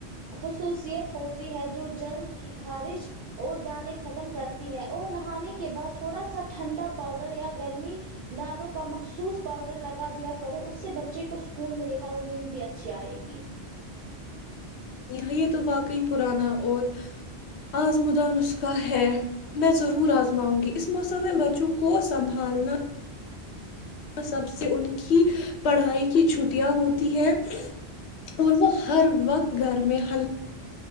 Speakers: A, on the right (about 55°); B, on the left (about 80°).
A: خصوصیت ہوتی ہے جو جلد کی خارج اور دانے ختم کرتی ہے اور نہانے کے بعد تھوڑا سا ٹھنڈا پاؤڈر یا گرمی دانوں کا مخصوص پاؤڈر لگا دیا کرو اس سے بچے کو سکون ملے گا اور نیند بھی اچھی آئے گی
B: یہ یہ تو واقعی پرانا اور آزمدان نسکا ہے میں ضرور آزماؤں گی اس موسم میں بچوں کو سنبھالنا اور سب سے ان کی پڑھائی کی چھٹیاں ہوتی ہے اور وہ ہر وقت گھر میں ہ